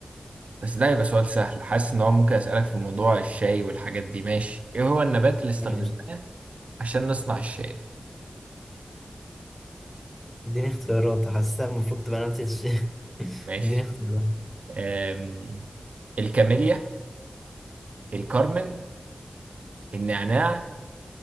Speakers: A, on the right; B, in the centre.
A: بس ده يبقى سؤال سهل حاسس ان هو ممكن اسالك في موضوع الشاي والحاجات دي ماشي ايه هو النبات اللي استخدمناه
B: ماشي.
A: عشان نصنع الشاي
B: اديني اختيارات حاسسها المفروض تبقى نبتة الشيء <laughs>
A: ماشي
B: اديني اختيارات
A: آم، الكاميليا الكرمن النعناع